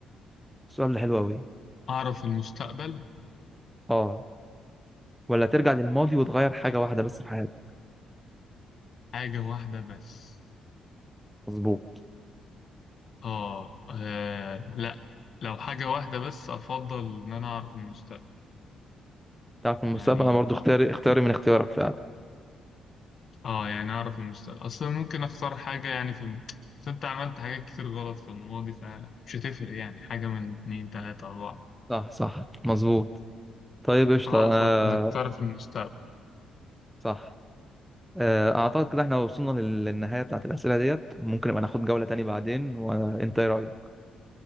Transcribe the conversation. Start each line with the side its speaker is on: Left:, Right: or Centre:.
Centre: السؤال ده حلو أوي
Left: أعرف المستقبل
Centre: اه ولا ترجع للماضي وتغير حاجة واحدة بس في حياتك
Left: حاجة واحدة بس
Centre: مظبوط
Left: آه. آه لا لو حاجة واحدة بس أفضل إن أنا أعرف المستقبل
Centre: تعرف المستقبل
Left: يعني
Centre: أنا برضو اختياري اختياري من اختيارك فعلا
Left: آه يعني أعرف المستقبل أصلا ممكن أختار حاجة يعني في الم... بس أنت عملت حاجات كتير غلط في الماضي فمش هتفرق يعني حاجة من اتنين تلاتة أربعة
Centre: صح صح مظبوط طيب قشطة
Left: آه أفضل
Centre: آه
Left: إنك تعرف المستقبل
Centre: صح آه أعتقد كده احنا وصلنا لل- للنهاية بتاعت الأسئلة ديت وممكن نبقى ناخد جولة تاني بعدين وأنت إيه رأيك؟